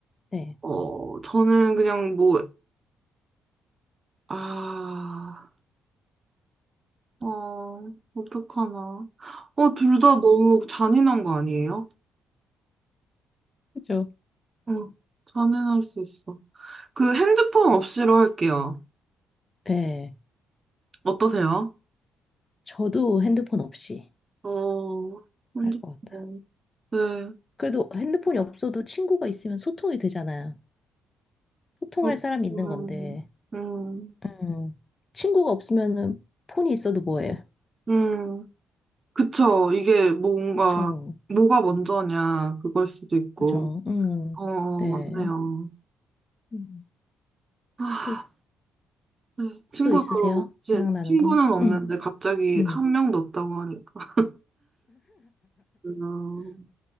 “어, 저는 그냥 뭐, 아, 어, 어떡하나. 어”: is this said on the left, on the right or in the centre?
Right